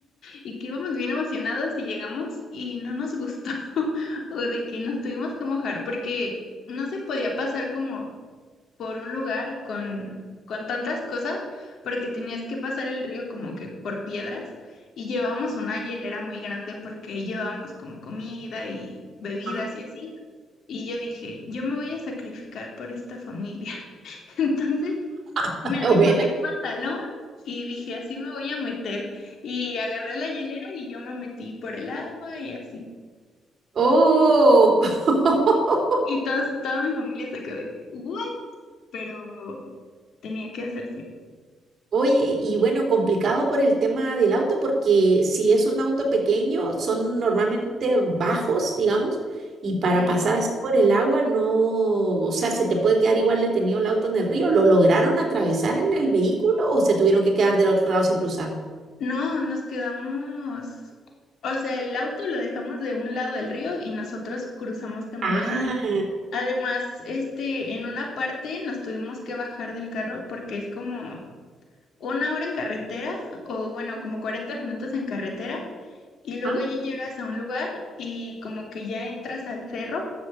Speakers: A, on the left; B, on the right.
A: y que íbamos bien emocionados y llegamos y no nos gustó, <laughs> o de que nos tuvimos que mojar, porque no se podía pasar como por un lugar con, con tantas cosas, porque tenías que pasar el río como que por piedras y llevábamos una hielera muy grande porque llevábamos como comida y bebidas
B: ah,
A: y así. Y yo dije, yo me voy a sacrificar por esta familia. <laughs> Entonces
B: <laughs>
A: me remangué
B: buena.
A: el pantalón y dije, así me voy a meter. Y agarré la hielera y yo me metí por el agua y así.
B: Oh,
A: Y,
B: <laughs>
A: y todos, toda mi familia se quedó de que, ¿what? Pero tenía que hacerse.
B: Oye, y bueno, complicado por el tema del auto, porque si es un auto pequeño, son normalmente bajos, digamos, y para
A: Sí.
B: pasar así por el agua, no, o sea, se te puede quedar igual detenido el auto en el río. ¿Lo lograron atravesar en el vehículo o se tuvieron que quedar del otro lado sin cruzar?
A: No, nos quedamos, o sea, el auto lo dejamos de un lado del río y nosotros cruzamos caminando.
B: Ah,
A: Además, este, en una parte nos tuvimos que bajar del carro porque es como una hora en carretera o bueno, como 40 minutos en carretera y luego
B: ah,
A: ya llegas a un lugar y como que ya entras al cerro